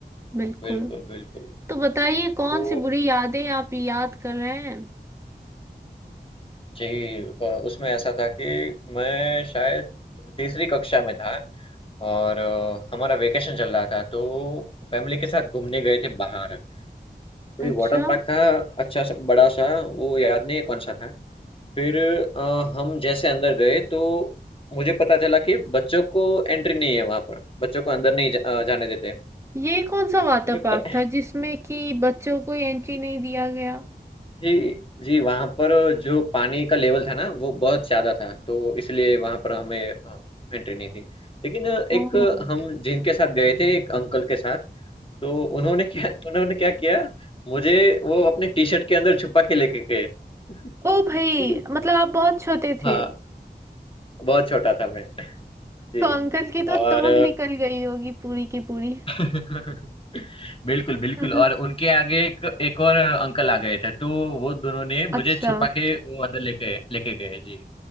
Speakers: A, on the right; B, on the left.
A: बिल्कुल
B: बिल्कुल बिल्कुल
A: तो बताइए कौन
B: तो
A: सी बुरी यादें आप याद कर रहे हैं
B: जी अ, उसमें ऐसा था कि मैं शायद तीसरी कक्षा में था और अ, हमारा वेकेशन चल रहा था तो फैमिली के साथ घूमने गए थे बाहर कोई
A: अच्छा
B: वाटर पार्क था अच्छा सा बड़ा सा वो याद नहीं है कौन सा था फिर अ, हम जैसे अंदर गए तो मुझे पता चला कि बच्चों को एंट्री नहीं है वहां पर बच्चों को अंदर नहीं जा, अ, जाने देते
A: ये कौन सा वाटर
B: फिर
A: पार्क
B: प-
A: था जिसमें कि बच्चों को एंट्री नहीं दिया गया
B: जी जी वहां पर जो पानी का लेवल था ना वो बहुत ज्यादा था तो इसलिए वहां पर हमें एंट्री नहीं थी लेकिन अ,
A: ओह
B: एक अ, हम जिनके साथ गए थे एक अंकल के साथ तो उन्होंने क्या उन्होंने क्या किया मुझे वो अपने टी शर्ट के अंदर छुपा के लेके गए <laughs>
A: ओ भाई
B: ठीक है
A: मतलब आप बहुत छोटे
B: हाँ
A: थे
B: बहुत छोटा था मैं जी
A: तो अंकल की तो
B: और
A: टोन निकल गई होगी पूरी की पूरी
B: <laughs> बिल्कुल बिल्कुल
A: हम्म,
B: और उनके आगे एक एक और अंकल आ गए थे तो वो दोनों ने मुझे
A: अच्छा
B: छुपा के वो अंदर लेके लेके गए जी